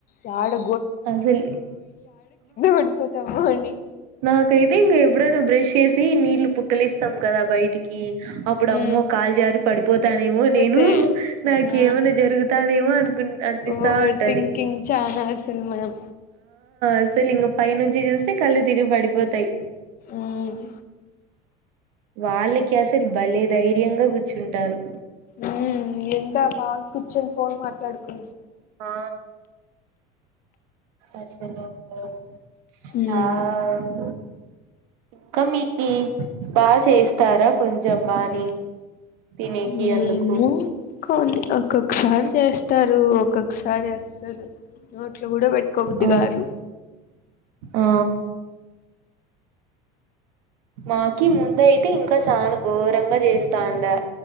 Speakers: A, on the left; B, on the right.
A: యాడా
B: అసల్
A: పడిపోతామో అని
B: నాకైతే ఇగా ఎప్పుడనా బ్రేక్ చేసి నీళ్లు పుక్కలిస్తాం కదా బయటికి అప్పుడు
A: మ్మ్
B: అమ్మో కాలు జారి పడిపోతానేమో
A: పోతే
B: నేను నాకు
A: ఆ
B: ఏమైన్నా జరుగుతాదేమో అనుకు కూన్ అంనీపిస్తా
A: ఓవర్
B: ఉంటది
A: థింకింగ్ చానా అసలు మనం
B: అస్సలు ఇంగా పై నుంచి చూస్తే కళ్ళు తిరిగి పడిపోతాయి
A: ఉమ్
B: వాళ్ళకి అసలు భలే ధైర్యంగా కూర్చుంటారు
A: ఉమ్ ఏంతా బా కూచొని ఫోన్ మాట్లాడుకు
B: ఆ అసలు భయం సావ్
A: మ్మ్
B: ఇంకా మీక బా చేస్తారా కొంచెం బాని తినేకి
A: మేము
B: అందుకు
A: కొన్ని ఒక సారి చేస్తారు ఒక్కొక్కసారి అస్సలు నోట్లో కూడా పెట్టుకో బుద్ధి
B: ఆ
A: కారు
B: ఆ మాకి ముందు అయితే ఇంకా చానా ఘోరంగా చేస్తాండా